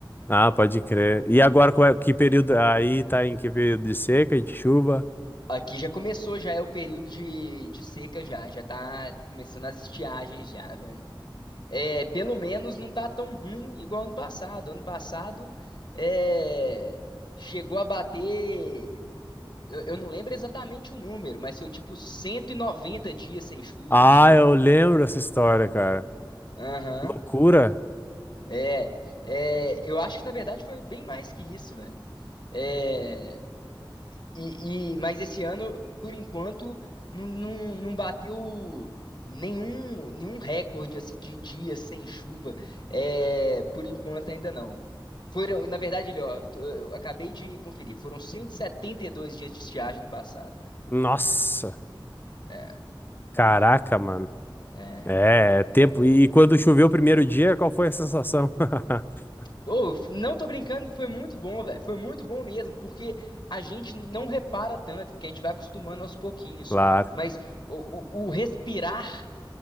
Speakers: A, on the left (about 25°); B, on the left (about 60°).
A: Ah, pode crer. E agora qual é, que período aí tá em que período de seca e de chuva?
B: Aqui já começou, já é o período de, de seca já, já tá começando as estiagens já, velho. É, pelo menos não tá tão ruim igual ano passado. Ano passado é, chegou a bater, eu, eu não lembro exatamente o número, mas foi tipo 190 dias sem chuva,
A: Ah,
B: tipo.
A: eu lembro essa história, cara.
B: Aham.
A: Loucura.
B: É, é, eu acho que na verdade foi bem mais que isso, velho. É, E, e- mas esse ano, por enquanto, não, não, não bateu nenhum, nenhum recorde assim de dias sem chuva. É, por enquanto ainda não. Foram, na verdade, ele, ó, eu eu acabei de conferir, foram 172 dias de estiagem no passado, velho.
A: Nossa.
B: É,
A: Caraca, mano.
B: é.
A: É, é tempo. E quando choveu o primeiro dia, qual foi a sensação? <laughs>
B: Ô, f- não tô brincando que foi muito bom, velho. Foi muito bom mesmo, porque a gente não repara tanto, porque a gente vai acostumando aos pouquinhos.
A: Claro.
B: Mas o, o o respirar